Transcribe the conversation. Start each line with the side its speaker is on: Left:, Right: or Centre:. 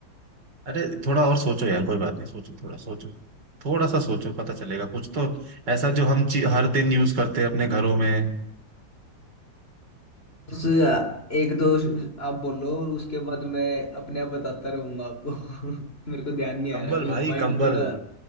Right: अरे थोड़ा और सोचो यार कोई बात नहीं सोचो थोड़ा सोचो थोड़ा सा सोचो पता चलेगा कुछ तो ऐसा जो हम ची- हर दिन यूज करते हैं अपने घरों में
Left: उस एक दो आप बोलो उसके बाद मैं अपने आप बताता रहूंगा आपको <laughs> मेरे को ध्यान नहीं
Right: कंबल
Left: आ रहा अभी
Right: भाई
Left: माइंड
Right: कंबल
Left: थोड़ा